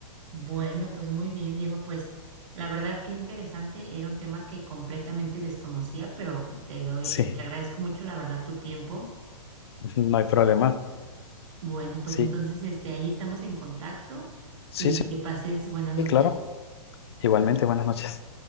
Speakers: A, on the right; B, on the left.
A: Bueno, pues muy bien, Diego. Pues la verdad que interesante. Era un tema que completamente desconocía, pero te doy,
B: sí,
A: te agradezco mucho la verdad tu tiempo.
B: <laughs> no hay problema.
A: Bueno, pues
B: Sí,
A: entonces este, ahí estamos en contacto
B: sí,
A: y
B: sí,
A: que pases buenas
B: sí,
A: noches.
B: claro. Igualmente, buenas noches.